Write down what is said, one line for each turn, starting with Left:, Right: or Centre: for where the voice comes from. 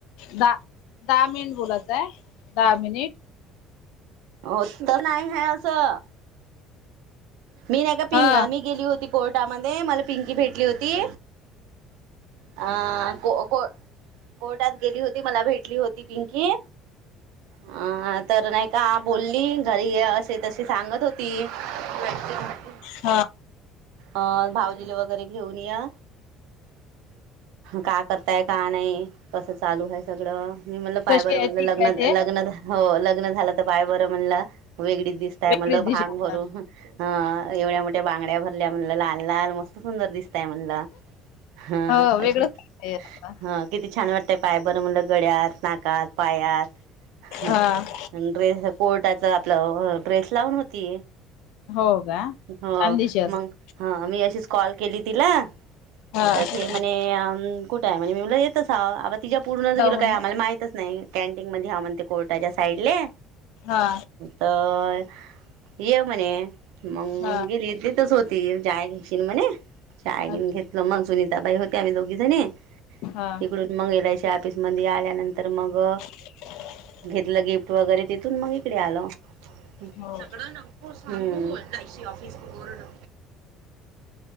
Left: दहा दहा मिनिट बोलायचं आहे दहा मिनिट.
Right: हो, तर नाही हाय असं. ''मी नाही का पिं
Left: हा
Right: मी गेली होती कोर्टामध्ये मला पिंकी भेटली होती. हा, को को, कोर्टात गेली होती मला भेटली होती पिंकी आ तर नाही का आप ''--'' बोलली घरी ये असे तशे सांगत होती. <inaudible>
Left: हा,
Right: ''अं'' भाऊजीले वगैरे घेऊन या. का करताय का नाही कसं चालू आहे सगळं. ''मी म्हणलं पाय
Left: कशी
Right: बरं म्हणलं
Left: आहे ठीक
Right: लग्न
Left: आहे ते
Right: लग्न झा हो लग्न झालंत पाय बरं म्हणलं वेगळीच दिसती. ते हाय
Left: वेगळी
Right: म्हणलं भांग
Left: दिशा
Right: भरून अ एवढ्या मोठ्या बांगड्या भरल्या म्हणलं लाल लाल मस्त. सुंदर दिसताय म्हणलं हा
Left: हो वेगळंच
Right: अशीच
Left: वाटतंय आता
Right: ह, किती छान वाटतंय पाय बरं म्हणलं गड्यात नाकात पायात. ''हं''
Left: हा
Right: ड्रेस कोर्टाच आपलं ड्रेस लावून होती.
Left: हो का
Right: हा,
Left: छान दिशा असेल
Right: मग ह मी अशीच कॉल केली तिला
Left: हा
Right: आता ती. म्हणे कुठं आहे मी म्हणलं हितच हाउ अग तिच्या पुढूनच गेलो
Left: म्हणे
Right: काय आम्हांला माहितच नाही. कॅन्टीन मध्ये हा, म्हणते कोर्टाच्या साईडले.
Left: हा
Right: तर ये म्हणे मग
Left: हा
Right: गेली तिथंच होती. ती चाय घेशीन म्हणे चाय घेन
Left: अच्छा
Right: घेतलं मग सुनीताबाई होत्या आम्ही दोघी जणी.
Left: हा
Right: तिकडून मग एल आय सी ऑफिस मध्ये आल्यानंतर मग.
Left: <inaudible>
Right: घेतलं गिफ्ट वगैरे तिथून मग इकडे आलो सगळ्यांना.
Left: हो का
Right: हो सा बोल तशी ऑफिसनी बोर्ड.